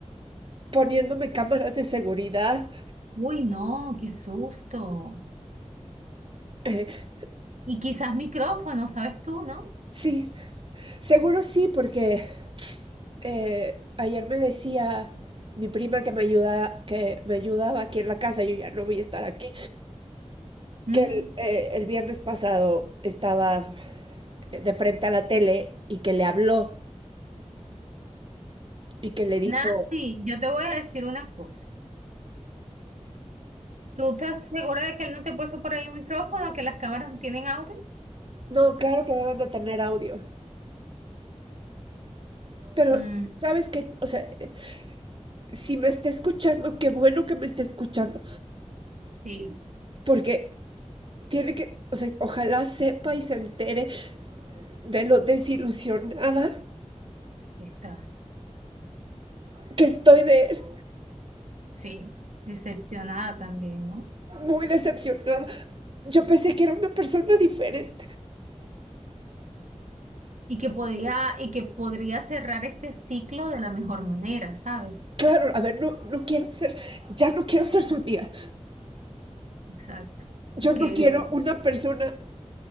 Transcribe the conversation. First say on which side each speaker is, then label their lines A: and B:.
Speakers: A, on the right; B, on the right.
A: poniéndome cámaras de seguridad.
B: Uy, no, qué susto.
A: Eh,
B: Y quizás micrófono, ¿sabes tú, no?
A: sí, seguro sí, porque eh, ayer me decía mi prima que me ayuda, que me ayudaba aquí en la casa, yo ya no voy a estar aquí,
B: Ujú.
A: que el, eh, el viernes pasado estaba eh, de frente a la tele y que le habló y que le dijo,
B: Nancy, yo te voy a decir una cosa. ¿Tú estás segura de que él no te ha puesto por ahí un micrófono, que las cámaras no tienen audio?
A: no, claro que deben de tener audio, pero
B: Mm,
A: sabes que, o sea, eh, si me está escuchando, qué bueno que me esté escuchando,
B: sí,
A: porque tiene que, o sea, ojalá sepa y se entere de lo desilusionada
B: estás.
A: que estoy de él.
B: Sí, decepcionada también, ¿no?
A: Muy decepcionada. Yo pensé que era una persona diferente.
B: Y que podía, y que podría cerrar este ciclo de la mejor manera, ¿sabes?
A: Claro, a ver, no, no quiero ser, ya no quiero ser su amiga.
B: Exacto.
A: Yo
B: Porque,
A: no quiero una persona